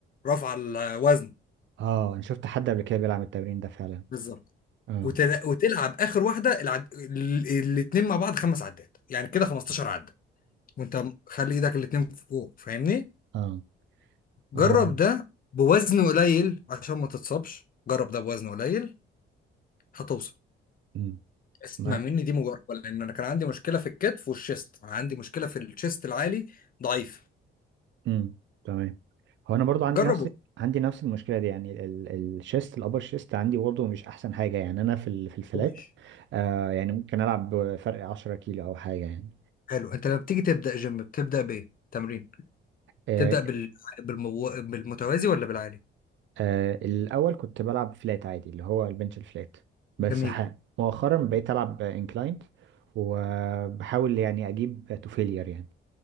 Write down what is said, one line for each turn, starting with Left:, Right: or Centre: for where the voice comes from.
Left: رفع الوزن
Right: اه انا شفت حد قبل كده بيلعب التمرين ده فعلا
Left: بالظبط
Right: اه
Left: وتل... وتلعب اخر واحده العد... ال- الاتنين مع بعض خمس عدات يعني كده 15 عده وانت خلي ايدك الاتنين فوق فاهمني
Right: اه
Left: جرب
Right: هو
Left: ده بوزن قليل عشان ما تتصابش جرب ده بوزن قليل هتوصل
Right: امم
Left: اسمع
Right: ما
Left: مني دي مجربه لان انا كان عندي مشكله في الكتف والشيست انا عندي مشكله في الشيست العالي ضعيف
Right: امم تمام هو انا برضو عندي
Left: جربه
Right: نفس عندي نفس المشكله دي يعني ال... ال- الشيست الابر شيست عندي برضو مش احسن حاجه يعني انا في ال... في الفلات
Left: وحش
Right: آه يعني ممكن العب بفرق 10 كيلو او حاجه يعني
Left: حلو انت لما بتيجي تبدا جيم بتبدا بايه تمرين
Right: آه
Left: تبدا بال... بالمو... بالمتوازي ولا بالعالي
Right: آه الاول كنت بلعب فلات عادي اللي هو البنش الفلات بس
Left: جميل
Right: ح... مؤخرا بقيت العب انكلاينت وبحاول يعني اجيب تو فيلير يعني